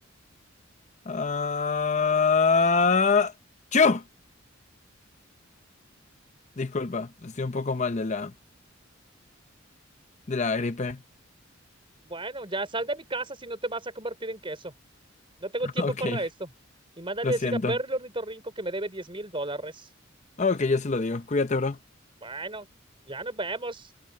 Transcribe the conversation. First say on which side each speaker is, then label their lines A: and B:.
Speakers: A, on the left; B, on the right.
A: Ah... ¡Chu! Disculpa, estoy un poco mal de la, de la gripe.
B: Bueno, ya sal de mi casa si no te vas a convertir en queso. No tengo
A: <laughs>
B: tiempo
A: Ok,
B: para esto. Y mándale
A: lo
B: decir
A: siento.
B: a Perry el ornitorrinco que me debe diez mil dólares.
A: Ok, yo se lo digo. Cuídate, bro.
B: Bueno, ya nos vemos.